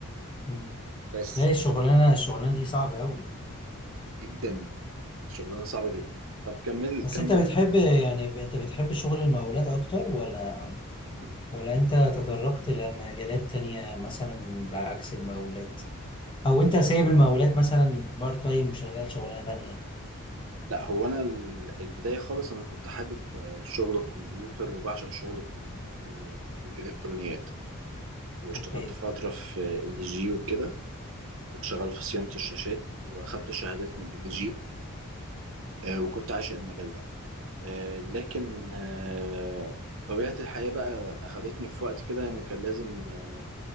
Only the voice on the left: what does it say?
مم.
لا الشغلانة الشغلانة دي صعبة قوي
بس
انت بتحب يعني انت بتحب شغل المقاولات اكتر ولا ولا انت تطرقت لمجالات تانية مثلا بعكس المقاولات او انت سايب المقاولات مثلا بارت تايم وشغال شغلانه تانية يعني.
اوكي